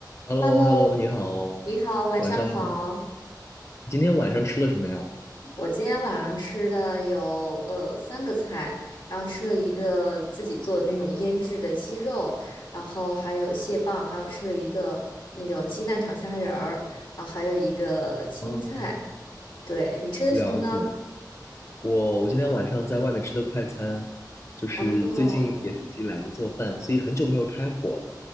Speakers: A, on the left; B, on the left.
A: h e l
B: Hello，
A: l o h e l l o 你好，
B: 你好，晚上好。
A: 晚上好。你今天晚上吃了什么呀？
B: 我今天晚上吃的有呃三个菜，然后吃了一个自己做的那种腌制的鸡肉，然后还有蟹棒，还有吃了一个那种鸡蛋炒虾仁儿，然后还有一个青菜。
A: 嗯，
B: 对，你吃的什么呢？
A: 了解。我我今天晚上在外面吃的快餐，就是最近也自己懒得做饭，
B: 哦
A: 所以很久没有开火了。